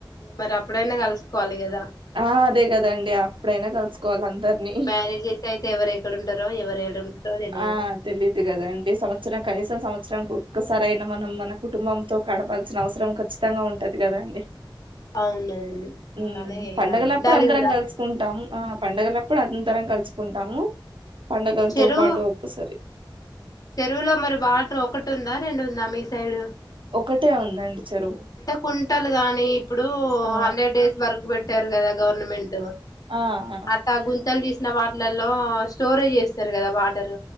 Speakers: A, on the left; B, on the right.
A: మరి అప్పుడైనా కలుసుకోవాలి కదా
B: ఆ అదే కదండి అప్పుడైనా కలుసుకోవాలి అందరినీ
A: మ్యారేజ్ చేసి అయితే ఎవరు ఎక్కడ ఉంటారో ఎవరు ఏడ ఉంటారో తెలియదు
B: ఆ తెలీదు కదాండి సంవత్సరం కనీసం సంవత్సరంకు కు సరైనా మనం మన కుటుంబంతో కడపల్సిన అవసరం ఖచ్చితంగా ఉంటది కదండి
A: అవునవును
B: మ్మ్
A: అలానే చేయాలి
B: పండగలప్పుడు
A: ఉండాలి
B: అందరం
A: కూడా
B: కలుసుకుంటాము ఆ పండగలప్పుడు అందరం కలుసుకుంటాము పండగలతో
A: చెరువు
B: పాటు ఒక్కసారి
A: చెరువులో మరి వాటర్ ఒకటి ఉందా రెండు ఉందా మీ సైడ్
B: ఒకటే ఉందండి చెరువు
A: అంటే కుంటల్ గాని ఇప్పుడు
B: ఆ
A: హండ్రెడ్ డేస్ వరకు పెట్ పెట్టారు కదా గవర్నమెంట్
B: ఆ ఆ!
A: అ క గుంతల ది సు చిన్న వాటిలల్లో స్టోరేజ్ చేస్తారు. కదా వాటర్